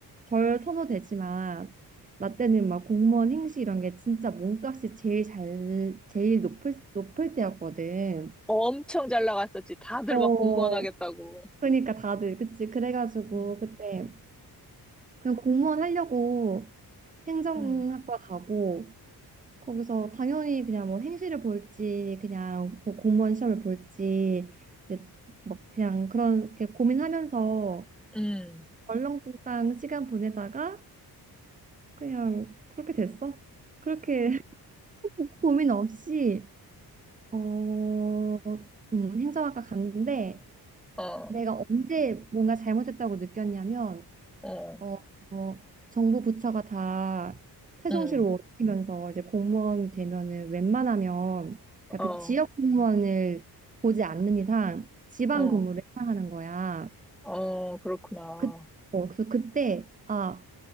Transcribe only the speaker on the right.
덜 선호되지만 나 때는 막 공무원 행시 이런 게 진짜 몸값이 제일 잘 제일 높을 높을 때였거든.
어.
그러니까 다들 그치 그래가지고
그때 그냥 공무원 하려고 행정학과
가고 거기서 당연히 그냥 뭐 행시를 볼지 그냥 뭐 공무원 시험을 볼지 이제 뭐 그냥 그런 이렇게 고민하면서
얼렁뚱땅 시간 보내다가 그냥 그렇게 됐어. 그렇게 <laughs> 고민 없이 어, 음, 행정학과 갔는데
내가 언제 뭔가 잘못했다고 느꼈냐면
어, 어, 정부 부처가 다 세종시로
옮기면서 이제 공무원 되면은 웬만하면 그러니까
그 지역 공무원을 보지 않는 이상 지방
근무를 해야 하는 거야.
그, 어, 그래서 그때 아,